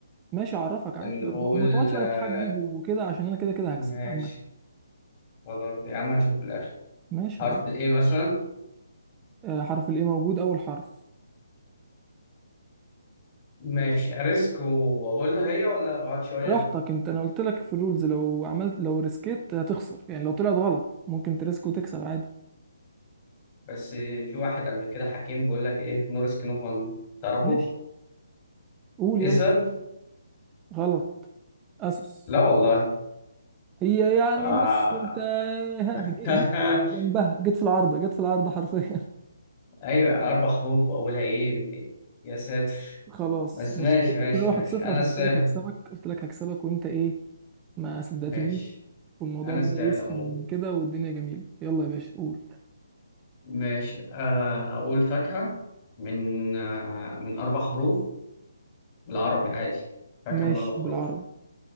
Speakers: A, on the right; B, on the left.
A: ماشي أعرفك عادي
B: نقول
A: ب- ب- ما تقعدش بقى
B: آه
A: تتحجج وكده عشان أنا كده كده
B: ماشي
A: هكسب عامة
B: خلاص يا عم هنشوف في الآخر
A: ماشي خلاص
B: حرف الإيه مثلا
A: آه، حرف الإيه موجود أول حرف
B: ماشي أريسك وأقولها هي ولا أقعد شوية
A: براحتك أنت أنا قلت لك في الرولز لو عملت لو ريسكيت هتخسر يعني لو طلعت غلط ممكن تريسك وتكسب عادي
B: بس في واحد قبل كده حكيم بيقول لك ايه نور سكين اوف 100 تعرفه؟
A: ماشي قول
B: ايسر؟
A: يلا غلط أسوس
B: لا والله
A: هي يعني
B: آه.
A: بص أنت ها جي-
B: <laughs>
A: جيت جنبها جيت في العارضة جيت في العارضة حرفيا
B: ايوه اربع حروف واولها ايه يا ساتر
A: خلاص
B: بس
A: مش
B: ماشي
A: ك-
B: ماشي
A: كده واحد
B: ماشي
A: صفر
B: انا
A: عشان
B: استاهل
A: قلت لك هكسبك قلت لك هكسبك وانت ايه ما صدقتنيش
B: ماشي
A: والموضوع
B: انا
A: بدأ
B: استاهل
A: يسخن
B: عموما
A: كده والدنيا جميلة يلا يا باشا قول
B: ماشي آه، اقول فاكهة من آه، من اربع حروف بالعربي عادي فاكهة
A: ماشي
B: من اربع حروف
A: بالعربي